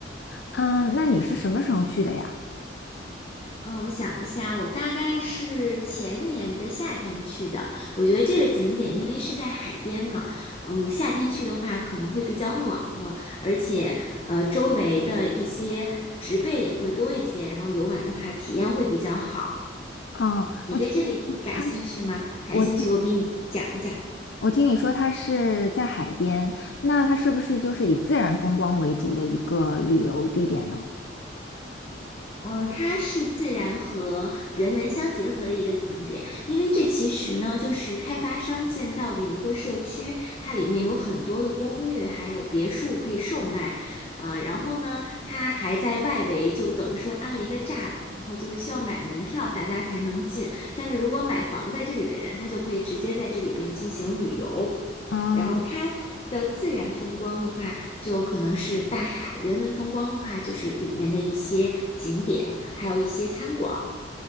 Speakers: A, on the left; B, on the left.
A: 嗯，那你是什么时候去的呀？
B: 嗯，呃我想一下，我大概是前年的夏天去的。我觉得这个景点因为是在海边嘛，嗯，夏天去的话可能会比较暖和，而且呃周围的一些植被也会多一些，然后游玩的话体验会比较好。
A: 哦，
B: 你对这里感兴趣吗？
A: 我听他，
B: 感兴趣，
A: 我听
B: 我给你讲一讲。
A: 我听你说它是在海边，那它是不是就是以自然风光为主的一个旅游地点呢？
B: 嗯，它是自然和人文相结合的一个景点，因为这其实呢就是开发商建造的一个社区，它里面有很多的公寓，还有别墅可以售卖，呃，然后呢，它还在外围就等于说安了一个栅栏，然后就是需要买门票，大家才能进，但是如果买房在这里的人，他就可以直接在这里边进行旅游。
A: 哦，
B: 然后它的自然风光的话，就可能是大海，人文风光的话，就是里面的一些景点，还有一些餐馆。